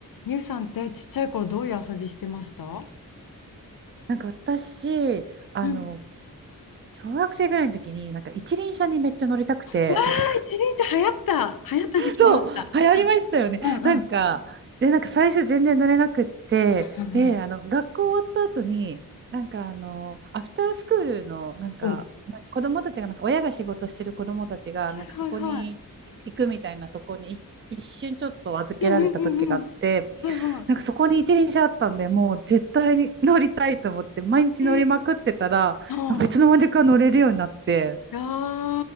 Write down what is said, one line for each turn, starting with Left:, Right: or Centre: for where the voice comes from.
Left: みゆさんってちっちゃい頃どういう遊びしてましたう
Right: なんか私、あの、
Left: ん。
Right: 小学生ぐらいの時に、なんか一輪車にめっちゃ乗りたくて、
Left: うわあ、
Right: <laughs>
Left: 一輪車流行った。流行った時期ありました。
Right: そう、流行りましたよね。
Left: うんうん。
Right: なんか、で、なんか最初全然乗れなくって、
Left: うん
Right: で、あの、学校終わった後に、なんかあの、アフタースクールの、なんか、
Left: うん。ん
Right: なんか子供たちが、なんか親が仕事してる子供たちが、
Left: はいはいはい。
Right: なんかそこに行くみたいなとこにい一瞬ちょっと預けられた時があって、
Left: うんうんうんうんはいは
Right: なんかそこに一輪車あったんで、もう絶対に乗りたいと思って、毎日乗りまくってたら、
Left: い。えー、ああ、
Right: なんかいつの間にか乗れるようになって、
Left: いや